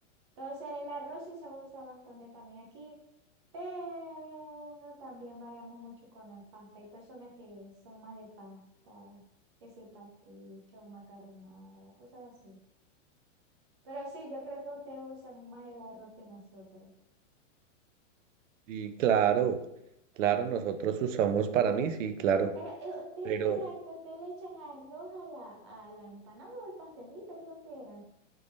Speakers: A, on the right (about 25°); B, on the right (about 75°).
A: Entonces el arroz sí se usa bastante también aquí, pero también variamos mucho con la pasta. Hay personas que son más de pasta, que si pasticho, macarronada, cosas así. Pero sí, yo creo que ustedes usan más el arroz que nosotros.
B: Sí, claro, claro, nosotros usamos para mí, sí, claro,
A: Pero eh, ustedes
B: pero
A: verá que ustedes le echan arroz a la, a la empanada o el pastelito, creo que era.